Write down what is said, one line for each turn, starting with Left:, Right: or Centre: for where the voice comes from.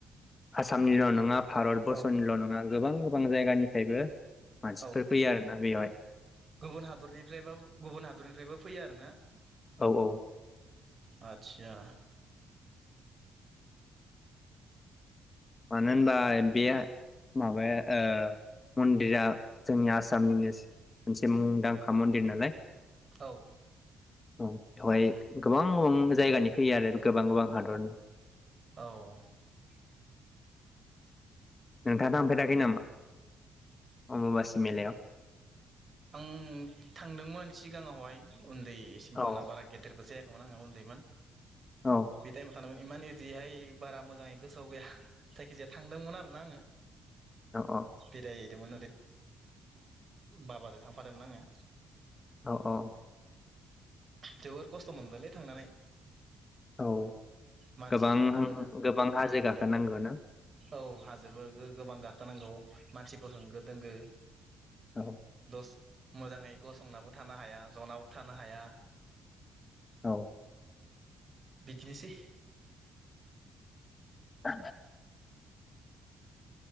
Left: आसामनिल' नङा भारतबर्सनिल'
Right: औ
Left: नङा गोबां गोबां जायगानिफ्रायबो मानसिफोर
Right: औ
Left: फैयो आरोना बेवहाय
Right: गुबुन हादरनिफ्रा बा गुबुन हादरनिफ्रायबो फैयो आरो ना?
Left: औ औ
Right: आतचा
Left: मानो होनबा बे माबाया ओ मन्दिरा जोंनि आसामनिनो मोनसे मुंदांखा मन्दिर नालाय।
Right: औ
Left: औ बेवहाय गोबां गोबां जायगानि फैयो आरो गोबां गोबां हादरनि
Right: औ
Left: नोंथांङा थांफेराखै नामा? अम्बुबासि मेलायाव
Right: आं थांदोंमोन सिगाङावहाय उन्दै होनबाना
Left: औ
Right: बाना गेदेरबो जाया होनबा आङो उन्दैमोन
Left: औ
Right: बि थायम थांनाय माने इमान इदिहाय बारा मोजाङै गोसोआव गैया, जायखिजाया थांदोंमोन आरो ना आङो
Left: औ
Right: बेराय होयदोंमोन बा बा जों थांफादोंमोन आङो
Left: औ औ
Right: जोबोर खस्थ' मोनदोंलै थांनानै।
Left: औ
Right: मानसि
Left: गोबां
Right: होंगो द
Left: गोबां हाजो गाखोनांगौ ना
Right: औ हाजोबो गोबां गाखोनांगौ मानसिबो होंगो दोंगो
Left: औ
Right: दस मोजाङै गसंनाबो थानो हाया जनाबो थानो हाया
Left: औ
Right: बिदिनोसै
Left: आ <inaudible>